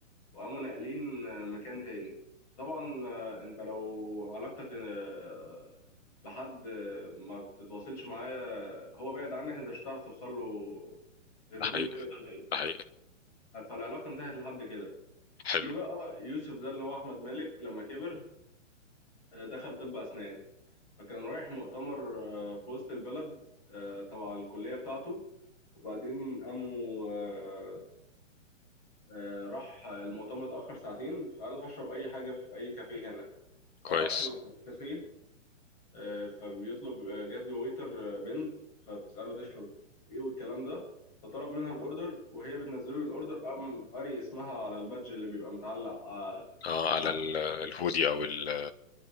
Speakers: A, on the left; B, on the left.
A: وقاموا ناقلين آه، مكان تاني طبعا آه، انت لو علاقتك آه، بحد آه، ما بتتواصلش معاه هو بعد عنك انت مش هتعرف توصل له غير
B: ده
A: كل
B: حقيقي
A: فين وفين
B: ده حقيقي
A: فالعلاقه انتهت لحد كده
B: حلو
A: جه بقى يوسف ده اللي هو احمد مالك لما كبر آه، دخل طب اسنان فكان رايح مؤتمر آه، في وسط البلد آه، تبع الكليه بتاعته وبعدين قاموا آه، آه، راح المؤتمر اتأخر ساعتين فقال هشرب أي حاجة في أي كافيه هنا
B: كويس
A: فراح الكافيه آه، فبيطلب آه، جات له ويتر آه، بنت فبتسأله تشرب ايه والكلام ده فطلب منها الاوردر وهي بتنزل له الاوردر قام قاري اسمها على البادج اللي بيبقى متعلق على
B: اه
A: على
B: على ال- الهودي أو ال